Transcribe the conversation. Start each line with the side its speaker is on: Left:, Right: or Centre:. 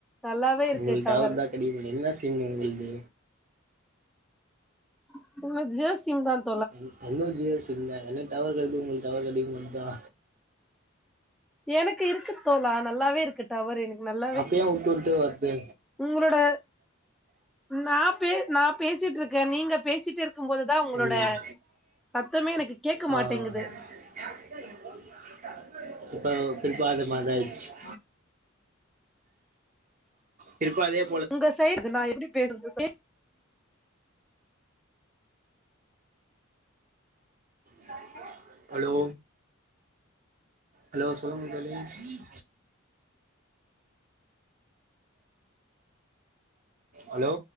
Centre: நல்லாவே இருக்கு
Right: உங்களுக்கு
Centre: டவர்
Right: <unintelligible> என்ன சீன் உங்கள் து
Centre: <unintelligible> ஜியோ சிம் தான்
Right: <inaudible> ஜியோ சிம் தா எனக்கு டவர் கெடைக்குது உங்களுக்கு டவர் கெடைக்க மாட்டேகுதா
Centre: எனக்கு இருக்கு தோழா நல்லாவே இருக்கு டவர் எனக்கு நல்லா
Right: அப்ப ஏன் உட்டு உட்டு வருது
Centre: உங்களோட நா பே நா பேசிட்ருக்கே நீங்க பேசிட்டு இருக்கும் போது தா உங்களோட
Right: ம்
Centre: சத்தமே எனக்கு கேட்க
Right: ஆ
Centre: மாட்டேங்குது
Right: <unintelligible> திருப்பஅதே
Centre: உங்க சைடு இத நா எப்டி பேசுறது
Right: <inaudible> ஹலோ ஹலோ சொல்லுங்க தோழி ஹலோ